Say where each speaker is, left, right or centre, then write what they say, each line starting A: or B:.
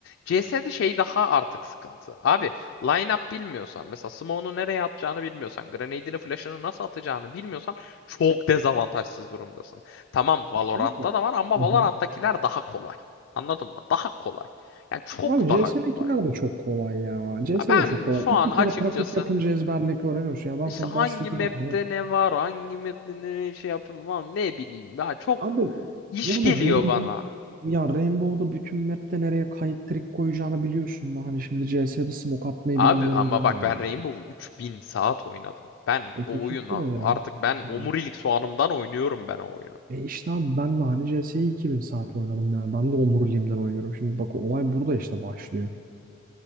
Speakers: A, on the left (about 65°); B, on the right (about 45°).
A: CS'de şey daha artık sıkıntı. Abi line-up bilmiyorsan, mesela smoke'unu nereye atacağını bilmiyorsan, grenade'ini, flash'ını nasıl atacağını bilmiyorsan çok dezavantajsız durumdasın. Tamam Valorant'ta
B: Bilmiyorum.
A: da var ama
B: Hı
A: Valorant'takiler
B: hı.
A: daha kolay. Anladın mı? Daha kolay. Yani çok
B: Abi
A: daha
B: CS'ninkiler
A: kolay.
B: de çok kolay ya. CS
A: Ya ben
B: de çok kolay.
A: şu
B: İki
A: an açıkçası
B: kere pratik yapınca ezberleyip öğreniyorsun. Ya ben
A: işte
B: sana
A: hangi
B: Dust 2'de
A: map'te
B: hani
A: ne var, hangi map'te ne ne şey yapın falan ne bileyim. Ya çok
B: Abi
A: iş
B: yani
A: geliyor
B: Rainbow
A: bana.
B: ya Rainbow'da bütün map'te nereye kayıt trik koyacağını biliyorsun da hani şimdi CS'de smoke atmayı
A: Abi
B: bilmiyorum
A: ama
B: diye mi
A: bak
B: alıyorsun?
A: ben Rainbow 3000 saat oynadım. Ben
B: E
A: o
B: teşekkür
A: oyun
B: ederim.
A: artık ben
B: Tamam.
A: omurilik soğanımdan oynuyorum ben o oyunu.
B: E işte abi ben de hani CS'yi 2000 saat oynadım yani. Ben de omuriliğimden oynuyorum. Şimdi bak olay burada işte başlıyor.